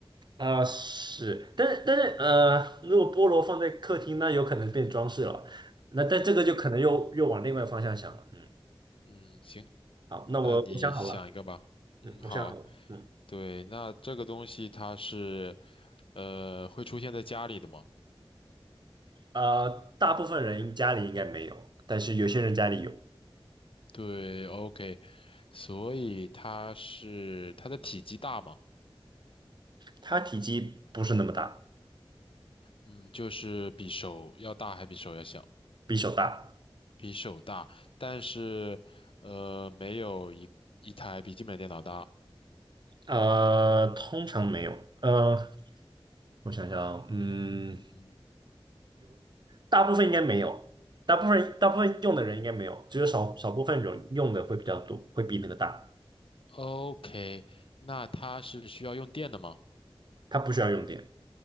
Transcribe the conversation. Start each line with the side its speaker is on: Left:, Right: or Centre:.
Right: 啊、是，但是但是呃，如果菠萝放在客厅，那有可能变装饰了。那但这个就可能又又往另外方向想了。嗯，
Left: 嗯，行，
Right: 好，那我我想好了。
Left: 那你想一个吧。嗯，
Right: 嗯，
Left: 好，
Right: 我想好了。嗯，
Left: 对，那这个东西它是，呃，会出现在家里的吗？
Right: 呃，大部分人家里应该没有，但是有些人家里有。
Left: 对，OK，所以它是它的体积大吗？
Right: 它体积不是那么大，
Left: 嗯，就是比手要大还比手要小？
Right: 比手大。
Left: 比手大，但是呃，没有一一台笔记本电脑大。
Right: 呃，通常没有。呃，我想想啊嗯，
Left: 嗯
Right: 大部分应该没有，大部分大部分用的人应该没有，只有少少部分人用的会比较多，会比那个大。
Left: ，OK，那它是需要用电的吗？
Right: 它不需要用电，